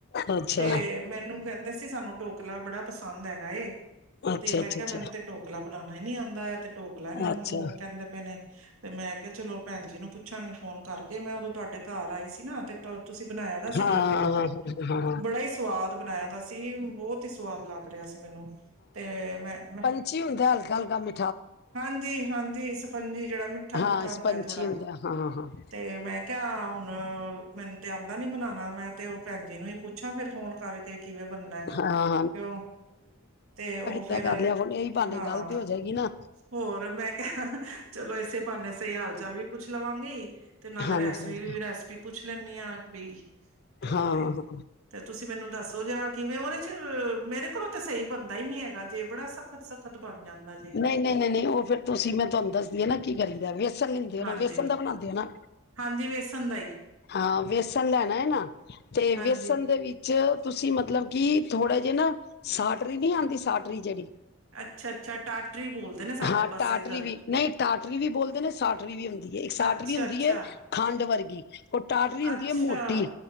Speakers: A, on the left; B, on the right.
A: ਅੱਛਾ।
B: ਤੇ ਮੈਨੂੰ ਕਹਿੰਦੇ ਸੀ ਸਾਨੂੰ ਢੋਕਲਾ ਬੜਾ ਪਸੰਦ ਹੈਗਾ ਏ,
A: ਅੱਛਾ
B: ਤੇ ਮੈਂ
A: ਅੱਛਾ
B: ਕਿਹਾ
A: ਅੱਛਾ
B: ਮੈਨੂੰ ਤੇ ਢੋਕਲਾ ਬਣਾਉਣਾ ਹੀ ਨੀ ਆਦਾ, ਐ ਤੇ ਢੋਕਲਾ ਇਹਨਾਂ ਨੂੰ
A: ਅੱਛਾ
B: ਕਹਿੰਦੇ ਪਏ ਨੇ। ਤੇ ਮੈਂ ਕਿਹਾ, ਚਲੋ ਭੈਣ ਜੀ ਨੂੰ ਪੁੱਛਾਂਗੀ ਫੋਨ ਕਰਕੇ, ਮੈਂ ਉਦੋਂ ਤੁਹਾਡੇ ਘਰ ਆਏ ਸੀ ਨਾ ਤੇ ਤੁਸੀਂ ਬਣਾਇਆ ਦਾ ਸੀ
A: ਹਾਂ
B: ਢੋਕਲਾ
A: ਹਾਂ
B: ਉਦੋਂ,
A: ਹਾਂ
B: ਬੜਾ ਹੀ ਸਵਾਦ ਬਣਾਇਆ ਦਾ ਸੀ, ਬਹੁਤ ਹੀ ਸਵਾਦ ਲੱਗਦ ਰਿਹਾ ਸੀ ਮੈਨੂੰ, ਤੇ ਮੈਂ ਮੈਂ
A: ਜੀ ਹੁੰਦਾ ਏ ਹਲਕਾ, ਹਲਕਾ ਮੀ
B: ਹਾਂਜੀ, ਹਾਂਜੀ ਸਫੰਜੀ ਜਿਹੜਾ ਮਿੱਠਾ ਮਿੱਠਾ
A: ਹਾਂ ਇਸਪੰਚੀ
B: ਹੁੰਦਾ ਹੈ ਥੋੜਾ,
A: ਹੁੰਦਾ ਹਾਂ ਹਾਂ ਹਾਂ
B: ਤੇ ਮੈਂ ਕਿਆ ਹੁਣ ਮੈਨੂੰ ਤੇ ਆਉਂਦਾ ਨੀ ਬਣਾਉਣਾ, ਮੈਂ ਤੇ ਉਹ ਭੈਣ ਜੀ ਨੂੰ ਹੀ ਪੁੱਛ ਪੁੱਛਾਂ ਫਿਰ ਫੋਨ ਕਰਕੇ ਕਿਵੇਂ ਬਣਨਾ ਏ?
A: ਹਾਂ
B: ਕਿਊ ਤੇ ਉਹ ਫੇਰ
A: ਤਾਂ ਕਰ ਲਿਆ, ਹੁਣ ਇਹੀ ਭਾਨੇ
B: ਹਾਂ
A: ਗੱਲ ਤੇ ਹੋ ਜਾਏਗੀ ਨਾ।
B: ਹੋਰ, ਮੈਂ ਕਿਹਾ ਚਲੋ ਇਸੇ ਭਾਨੇ ਸਹੀ ਹਾਲ ਚਾਲ ਵੀ ਪੁੱਛ ਲਵਾਂਗੀ ਤੇ ਨਾਲੇ
A: ਹਾਂਜੀ
B: ਰੈਸਪੀ
A: ਹਾਂਜੀ
B: ਵੀ ਰੈਸਪੀ ਪੁੱਛ ਲੈਂਦੀ ਆ, ਬਈ ਤੇ
A: ਹਾਂ ਹਾਂ
B: ਤੁਸੀਂ ਮੈਨੂੰ ਦੱਸੋ ਜਰਾ, ਕਿਵੇਂ ਉਹਦੇ ਚ ਮੇਰੇ ਕੋਲੋਂ ਤਾਂ ਸਹੀ ਬਣਦਾ ਹੀ ਨੀ ਹੈਗਾ ਜੇ ਬੜਾ ਸਖ਼ਤ ਸਖਤ, ਸਖਤ ਬਣ ਜਾਂਦਾ ਜੇ।
A: ਨਹੀਂ, ਨਹੀਂ, ਨਹੀਂ, ਨਹੀਂ ਉਹ ਫਿਰ ਤੁਸੀਂ ਮੈਂ ਤੁਹਾਨੂੰ ਦੱਸਦੀ ਹੈ ਨਾ ਕੀ ਕਰੀਦਾ, ਵੇਸਨ ਲੈਂਦੇ ਹੋ
B: ਹਾਂਜੀ
A: ਨਾ, ਵੇਸਣ ਦਾ ਬਣਾਉਂਦੇ ਹੋਨਾ ਨਾ
B: ਹਾਂਜੀ, ਵੇਸਣ ਦਾ ਈ।
A: ਹਾਂ, ਵੇਸਣ ਲੈਣਾ ਹੈ ਨਾ ਤੇ ਵੇਸਣ
B: ਹਾਂਜੀ
A: ਦੇ ਵੀ ਚ ਤੁਸੀਂ ਮਤਲਬ ਕਿ ਥੋੜੇ ਜਿਹਾ ਨਾ ਸਾਟਰੀ ਨਹੀਂ ਆਉਂਦੀ ਸਾਟਰੀ ਜਿਹੜੀ
B: ਅੱਛਾ ਅੱਛਾ ਟਾਟਰੀ ਬੋਲਦੇ ਨੇ ਸਾਡੇ
A: ਹਾਂ,
B: ਪਾਸੇ
A: ਟਾਟਰੀ
B: ਇੱਧਰ
A: ਵੀ, ਨਹੀਂ ਟਾਟਰੀ ਵੀ ਬੋਲਦੇ ਨੇ ਸਾਟਰੀ ਵੀ ਹੁੰਦੀ ਹੈ ਇੱਕ ਸਾਟਰੀ
B: ਅੱਛਾ
A: ਹੁੰਦੀ
B: ਅੱਛਾ
A: ਹੈ ਖੰਡ ਵਰਗੀ ਟਾਟਰੀ ਹੁੰਦੀ
B: ਅੱਛਾ।
A: ਹੈ ਮੋਟੀ